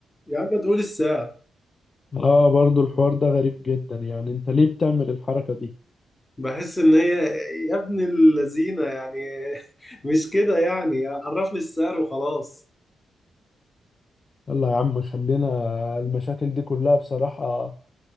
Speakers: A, on the left (about 20°); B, on the left (about 40°).
A: يا عم تقول السعر
B: اه برضو الحوار ده غريب جدا يعني انت ليه بتعمل الحركة دي
A: بحس ان هي يا ابن اللذينه يعني <laughs> مش كده يعني عرفني السعر وخلاص
B: يلا يا عم خلينا المشاكل دي كلها بصراحة